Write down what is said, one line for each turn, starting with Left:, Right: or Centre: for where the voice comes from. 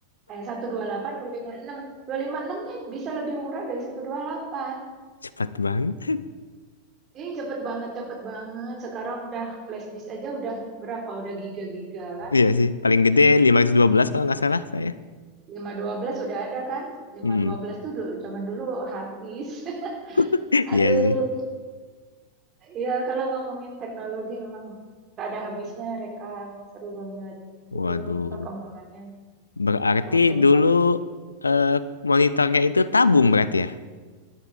Right: Eh, 128, 256. 256-nya bisa lebih murah dari seratus dua puluh delapan
Left: Cepat banget.
Right: Ini cepet banget, cepet banget. Sekarang udah flash disk aja udah berapa? Udah giga-giga kan?
Left: Iya sih. Paling gede lima ratus dua
Right: Hmm.
Left: belas kalau nggak salah saya.
Right: lima ratus dua belas udah ada kan? lima
Left: Hmm.
Right: ratus dua belas tuh du- zaman dulu hard disk. <laughs>
Left: <laughs>
Right: Aduh,
Left: Iya sih.
Right: ya kalau ngomongin teknologi memang gak ada habisnya, Reka. Seru banget
Left: Waduh.
Right: itu perkembangannya
Left: Berarti
Right: kuantum-kuantum.
Left: dulu eh, monitornya itu tabung berarti ya?